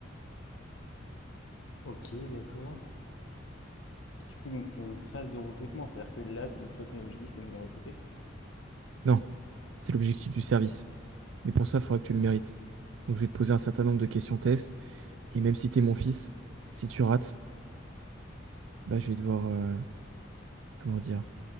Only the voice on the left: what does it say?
Ok, d'accord. Et du coup, donc c'est une phase de recrutement, c'est-à-dire que là, te- toi, ton objectif, c'est de me recruter?